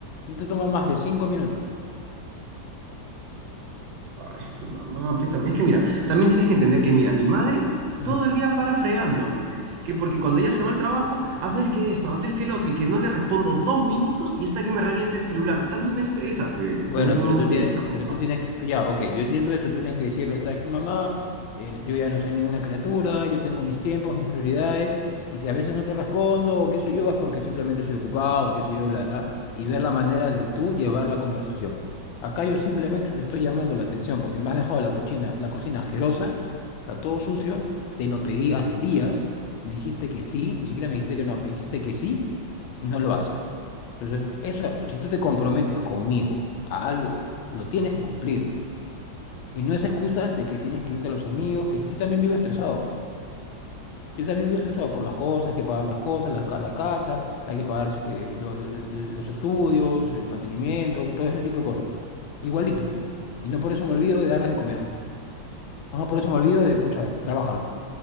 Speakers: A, on the left (about 80°); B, on the right (about 75°).
A: no te toma más de cinco minutos.
B: Ay, mamá, pues también es que mira, también tienes que entender que mira, mi madre
A: Mm.
B: todo el día para fregándome, que porque cuando ella se va al trabajo, Abdel que esto, Abdel que el otro, y que no le respondo dos minutos y está que me revienta el celular. También me estresa, pues,
A: Bueno,
B: me, me me
A: pero
B: molesta,
A: tú tienes, pero
B: papá.
A: tú tienes que, ya, ok, yo entiendo eso, tú tienes que decirle, ¿sabes qué, mamá? El- yo ya no soy ninguna criatura, yo tengo mis tiempos, mis prioridades, y si a veces no te respondo o qué sé yo, es porque simplemente soy ocupado, o qué sé yo, bla, bla, y ver la manera de tú llevar la conversación. Acá yo simplemente te estoy llamando la atención porque me has dejado la cocina, la cocina asquerosa, está todo sucio, te lo pedí hace días, me dijiste que sí, ni siquiera me dijiste que no, me dijiste que sí, y no lo haces. Entonces, eso, si tú te comprometes conmigo a algo, lo tienes que cumplir. Y no es excusa de que tienes que irte a los amigos, que yo también vivo estresado. Yo también vivo estresado por las cosas, hay que pagar las cosas, la, ca- la casa, hay que pagar este, lo- el- el- los estudios, el mantenimiento, todo ese tipo de cosas. Igualito. Y no por eso me olvido de darles de comer. O no por eso me olvido de, pucha, trabajar.